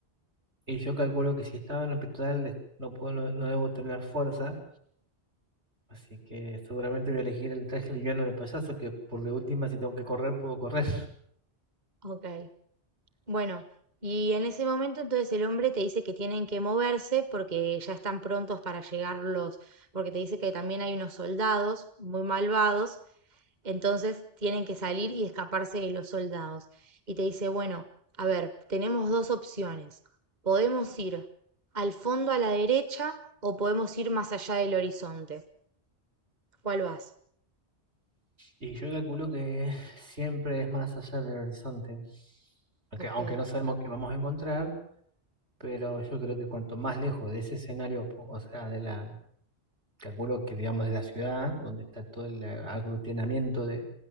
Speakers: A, on the right; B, on the right.
A: y yo calculo que si estaba en el hospital es- no puedo, no, no debo tener fuerza, así que seguramente voy a elegir el traje liviano de payaso, que por de última si tengo que correr puedo correr.
B: Ok. Bueno, y en ese momento entonces el hombre te dice que tienen que moverse porque ya están prontos para llegar los, porque te dice que también hay unos soldados muy malvados, entonces tienen que salir y escaparse de los soldados. Y te dice, bueno, a ver, tenemos dos opciones. Podemos ir al fondo a la derecha o podemos ir más allá del horizonte. ¿Cuál vas?
A: Y yo calculo que siempre es más allá del horizonte, aunque,
B: Ok.
A: aunque no sabemos qué vamos a encontrar, pero yo creo que cuanto más lejos de ese escenario, po- o sea, de la, calculo que digamos de la ciudad, donde está todo el eh, aglutinamiento de,